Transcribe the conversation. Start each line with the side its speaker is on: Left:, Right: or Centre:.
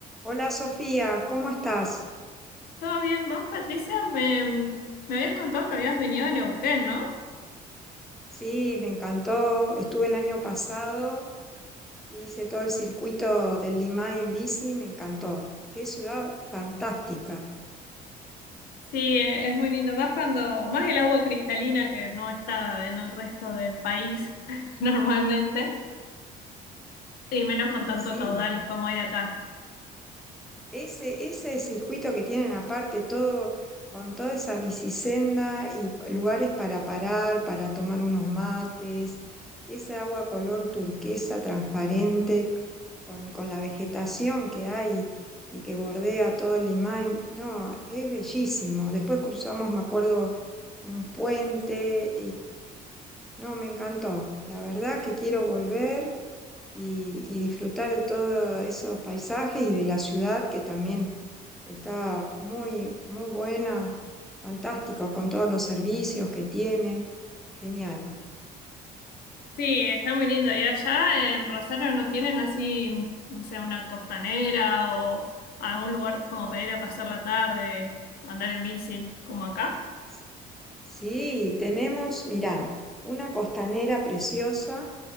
Centre: Hola Sofía, ¿cómo estás?
Left: ¿Todo bien? ¿Vos, Patricia? Me, me habías contado que habías venido de Neuquén, ¿no?
Centre: Sí, me encantó. Estuve el año pasado, hice todo el circuito del Limay en bici, me encantó. Qué ciudad fantástica.
Left: Sí, e- es muy lindo. Más cuando, más el agua cristalina que no está en el resto del país <laughs> normalmente. Y menos con tanto
Centre: Sí,
Left: caudal como hay acá.
Centre: Ese, ese circuito que tienen aparte, todo, con toda esa bicisenda y lugares para parar, para tomar unos mates, esa agua color turquesa transparente, con, con la vegetación que hay y que bordea todo el Limay, no, es bellísimo. Después cruzamos, me acuerdo, un puente no, me encantó. La verdad que quiero volver y, y disfrutar de todos esos paisajes y de la ciudad que también está muy, muy buena, fantástico, con todos los servicios que tiene. Genial.
Left: Sí, está muy lindo. Y allá en Rosario no tienen así, no sé, una costanera o algún lugar como para ir a pasar la tarde, andar en bici, como acá.
Centre: Sí, sí, tenemos, mirá, una costanera preciosa